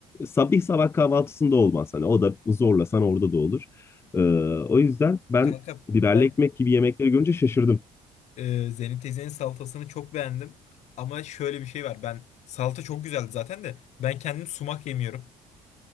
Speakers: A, on the left; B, on the left.
A: Sabah sabah kahvaltısında olmaz hani. O da zorlasan orada da olur. E, o yüzden ben
B: Kanka
A: biberli
B: ben
A: ekmek gibi yemekleri görünce şaşırdım.
B: e, Zeynep teyzenin salatasını çok beğendim. Ama şöyle bir şey var. Ben salata çok güzeldi zaten de. Ben kendim sumak yemiyorum.